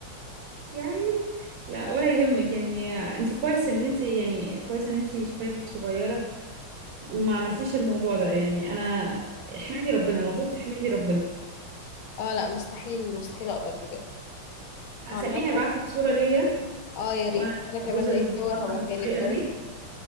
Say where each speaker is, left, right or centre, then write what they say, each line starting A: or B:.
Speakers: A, on the right; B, on the left.
A: <laughs> يعني لا ولا يهمك يعني انت كويس ان انت يعني كويس ان انت شفايفك صغيرة وما عملتيش الموضوع ده يعني انا احمدي ربنا المفروض تحمدي ربنا
B: اه لا مستحيل مستحيل اقدر بجد عامه
A: خليني ابعت لك صورة ليا
B: اه يا ريت
A: وانا
B: انا كمان
A: ببوز البطة
B: لقيت صور هبعتها
A: بالطريقة
B: لك برضه
A: دي